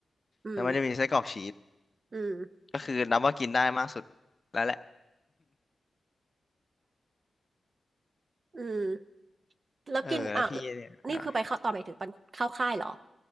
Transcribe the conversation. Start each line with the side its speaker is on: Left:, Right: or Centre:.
Right: อืม
Left: แล้วมันจะมีไส้กรอกชีส
Right: อืม
Left: ก็คือนับว่ากินได้มากสุดแล้วแหละ
Right: อืม
Left: <laughs>
Right: แล้วกินอ่ะ
Left: เออแล้วพี่เนี่ยอ่า
Right: นี่คือไปเข้าตอนไปถึงปันเข้าค่ายเหรอ